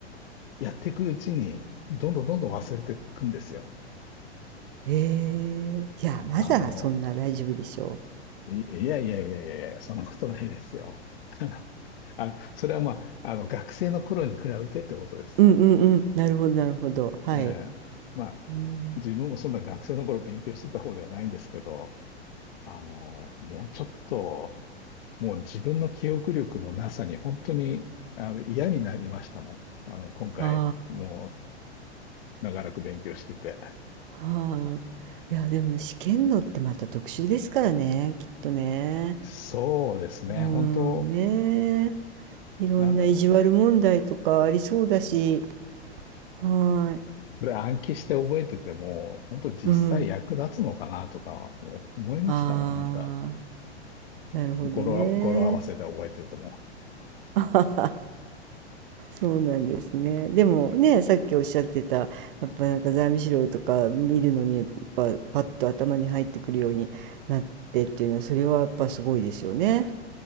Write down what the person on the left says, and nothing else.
う、やっていくうちに、どんどんどんどん忘れていくんですよ。
あの、い、いやいやいやいやいや、そんなことないですよ。<laughs> あの、あのそれはまあ、あの、学生の頃に比べてってことです。
えーまあ、
自分もそんな学生の頃勉強してた方ではないんですけど、あの、もうちょっと、もう自分の記憶力のなさに本当にあの嫌になりましたもん。あの、今回、
もう長らく勉強してて。
そうですね、
本当、
なんだろう。
これ暗記して覚えてても、本当実際役立つのかなとかも思いましたもん。
なんか
語呂、語呂合わせで覚えてるとも。